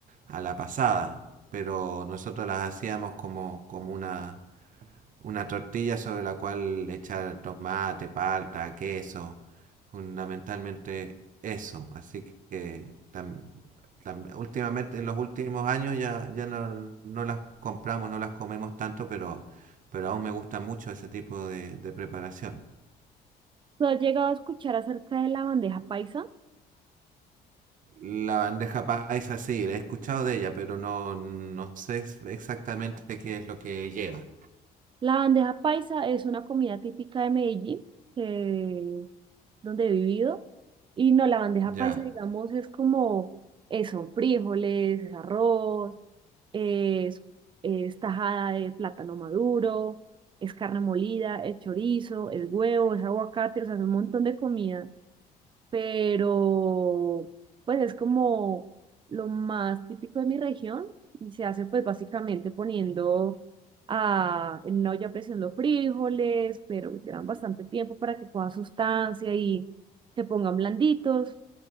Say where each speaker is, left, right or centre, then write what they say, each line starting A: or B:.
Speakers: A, on the right; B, on the right.
A: a la pasada, pero nosotros las hacíamos como, como una, una tortilla sobre la cual echar tomate, palta, queso, fundamentalmente eso. Así que tam- tam- últimamente, en los últimos años ya, ya no, no las compramos, no las comemos tanto, pero, pero aún me gusta mucho ese tipo de, de preparación.
B: ¿Tú has llegado a escuchar acerca de la bandeja paisa?
A: La bandeja paisa sí, la he escuchado de ella, pero no, no sé exactamente qué es lo que lleva.
B: La bandeja paisa es una comida típica de Medellín, que es donde he vivido. Y no, la bandeja
A: Ya.
B: paisa, digamos, es como eso, frijoles, es arroz. es, es tajada de plátano maduro, es carne molida, es chorizo, es huevo, es aguacate, o sea, es un montón de comida, pero pues es como lo más típico de mi región y se hace pues básicamente poniendo a, en una olla a presión los frijoles, pero llevan bastante tiempo para que coja sustancia y se pongan blanditos.